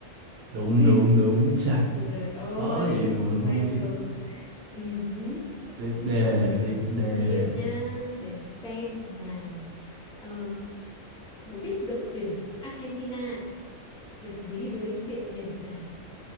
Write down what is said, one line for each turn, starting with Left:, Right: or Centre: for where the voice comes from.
Right: đúng
Centre: <laughs> tên
Right: đúng đúng trời
Centre: trời ơi
Right: khó gì mà mình
Centre: quen
Right: không biết
Centre: rồi ừ, hứ.
Right: tiếp đề tiếp đề
Centre: tiếp nha để xem nào ờ, đố biết đội tuyển Argentina được ví với điệu nhảy nào